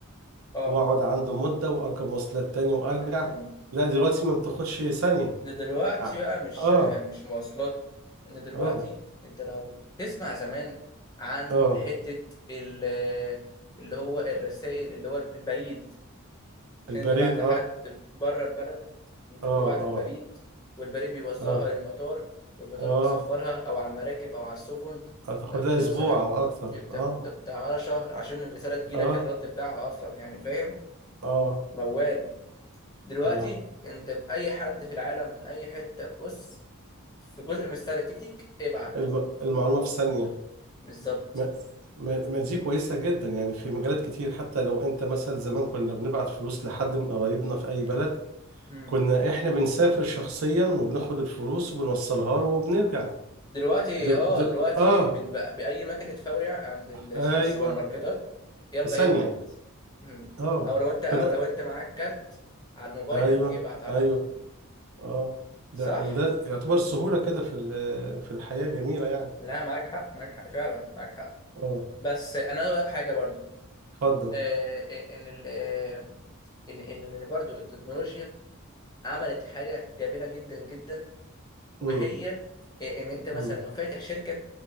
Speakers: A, on the left; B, on the right.
A: اه
B: واقعد عنده مده واركب مواصلات تاني وارجع
A: مم.
B: لا دلوقتي ما بتاخدش ثانيه
A: ده دلوقتي
B: اه
A: بقى مش
B: اه
A: مش مواصلات ان دلوقتي
B: اه
A: انت لو تسمع زمان عن
B: اه
A: حتة ال- اللي هو الرسائل اللي هو البريد عشان
B: البريد
A: تبعت لحد
B: اه
A: بره البلد انت
B: اه
A: بتبعت
B: اه
A: البريد والبريد بيوصلها
B: اه
A: للمطار والمطار
B: اه
A: بيسفرها او على المراكب او على السفن
B: هتاخد
A: فبتوصل
B: لها اسبوع
A: هنا
B: او اكتر
A: ده بتاخد-
B: اه
A: ده بتاع على شهر عشان الرسالة تجيلك
B: اه
A: الرد بتاعها اصلا يعني فاهم
B: اه
A: موال دلوقتي
B: اه
A: انت في اي حد في العالم من اي حته بص في جزء من ستايل التيك تيك ابعت
B: الم... المعلومه في ثانيه
A: بالظبط
B: ما... ما... ما دي كويسه جدا يعني في مجالات كتير حتى لو انت مثلا زمان كنا بنبعت فلوس لحد من قرايبنا في اي بلد
A: امم
B: كنا احنا بنسافر شخصيا وبناخد الفلوس وبنوصلها له وبنرجع
A: دلوقتي
B: دل...
A: اه
B: دل...
A: دلوقتي
B: اه
A: بالم- باي مكنه فوري عند ال...
B: ايوه
A: في السوبر ماركتات يلا
B: في ثانيه
A: ابعت امم
B: اه
A: او لو انت او
B: فده
A: لو انت معاك كارت على موبايلك
B: ايوه
A: ابعت على
B: ايوه
A: طول
B: اه
A: صح
B: ده وده يعتبر السهولة كده في ال- في الحياة جميلة يعني
A: لا معاك حق معاك حق فعلا معاك حق
B: اه
A: بس انا اقول لك حاجه برضو
B: اتفضل
A: آه آه، ان ال آه، ان ان إن برضو التكنولوجيا عملت حاجه جميله جدا جدا وهي
B: امم
A: إيه، ان انت مثلا
B: امم
A: لو فاتح شركه